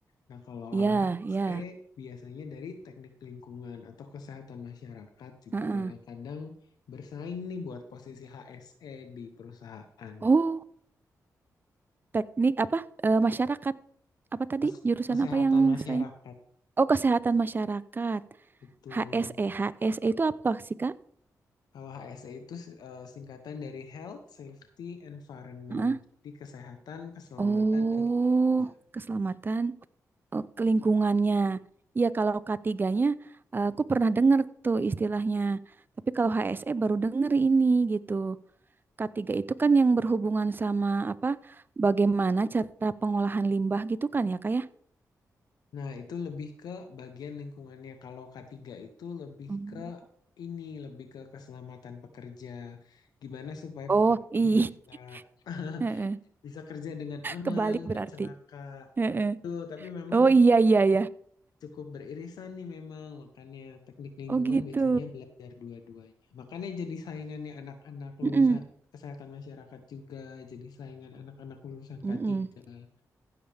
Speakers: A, on the left (about 85°); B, on the right (about 30°).
A: Nah, kalau
B: Iya,
A: orang HSE
B: iya.
A: biasanya dari teknik lingkungan atau kesehatan masyarakat juga
B: Heeh.
A: kadang-kadang bersaing nih buat posisi HSE di perusahaan.
B: Oh, teknik apa? Eh, masyarakat. Apa tadi?
A: Kes-
B: Jurusan
A: Kesehatan
B: apa yang
A: masyarakat.
B: saya? Oh, kesehatan masyarakat.
A: Betul.
B: HSE. HSE itu apa sih, Kak?
A: Kalau HSE itu eh, singkatan dari Health, Safety, Environment.
B: Heeh.
A: Jadi kesehatan, keselamatan,
B: Oh,
A: dan lingkungan.
B: keselamatan. Oh, ke lingkungannya. Iya, kalau k tiganya nya eh, aku pernah dengar tuh istilahnya. Tapi kalau HSE baru denger ini gitu. Ketiga itu kan yang berhubungan sama apa? Bagaimana cara pengolahan limbah gitu kan ya, Kak ya?
A: Nah, itu lebih ke bagian lingkungannya. Kalau k tiga itu lebih
B: Hmm.
A: ke ini, lebih ke keselamatan pekerja. Gimana supaya
B: Oh,
A: pekerjanya
B: iya.
A: bisa
B: <laughs>
A: <laughs>
B: Heeh.
A: bisa kerja dengan aman,
B: Kebalik
A: nggak
B: berarti.
A: celaka.
B: Heeh.
A: Tuh, tapi memang
B: Oh
A: ke-
B: iya iya ya.
A: cukup beririsan nih memang. Makanya teknik lingkungan
B: Oh gitu.
A: biasanya belajar dua-duanya. Makanya jadi saingannya anak-anak
B: Mm-mm.
A: lulusan kesehatan masyarakat juga, jadi saingan anak-anak lulusan
B: Mm-mm.
A: k tiga